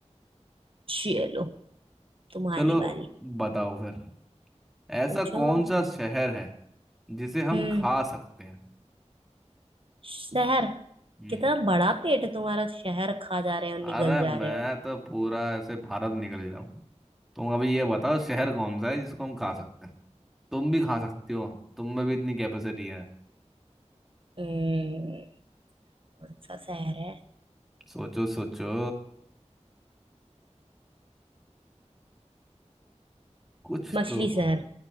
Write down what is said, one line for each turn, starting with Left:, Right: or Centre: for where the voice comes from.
Right: चलो तुम्हारी
Centre: चलो
Right: बारी
Centre: बताओ फिर ऐसा
Right: पूछो
Centre: कौन सा शहर है जिसे हम
Right: हम्म
Centre: खा सकते हैं
Right: शहर
Centre: हम्म
Right: कितना बड़ा पेट है तुम्हारा शहर खा जा रहे हो निगल
Centre: अरे
Right: जा
Centre: मैं
Right: रहे हो
Centre: तो पूरा ऐसे भारत निकल जाऊं तुम अभी ये बताओ शहर कौन सा है जिसको हम खा सकते हैं तुम भी खा सकती हो तुम में भी इतनी कैपेसिटी है
Right: हम्म कौन सा शहर है
Centre: सोचो सोचो कुछ
Right: मछली
Centre: तो
Right: शहर
Centre: हो